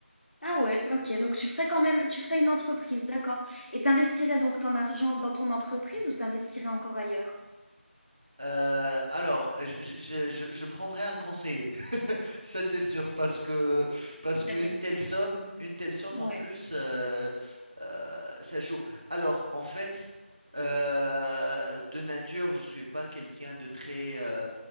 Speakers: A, on the left; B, on the right.
A: Ah ouais, ok. Donc, tu ferais quand même, tu ferais une entreprise, d'accord. Et t'investirais donc ton argent dans ton entreprise ou t'investirais encore ailleurs?
B: Euh, alors, je, je, je, je prendrai un conseiller. Ça c'est sûr parce que parce qu'une
A: La mienne.
B: telle somme, une telle somme
A: Ouais.
B: en plus, euh, euh, ça joue. Alors en fait, euh, de nature, je suis pas quelqu'un de très euh,